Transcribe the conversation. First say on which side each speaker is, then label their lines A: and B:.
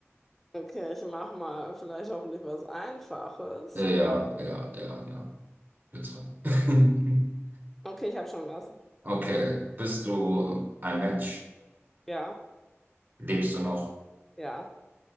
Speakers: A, in the centre; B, on the right.
A: Okay, ich mache mal vielleicht hoffentlich was Einfaches.
B: Ja, ja,
A: Hm.
B: ja, ja. ja. Bitte. <laughs>
A: Okay, ich habe schon was.
B: Okay. Bist du ein Mensch?
A: Ja,
B: Lebst du noch?
A: ja,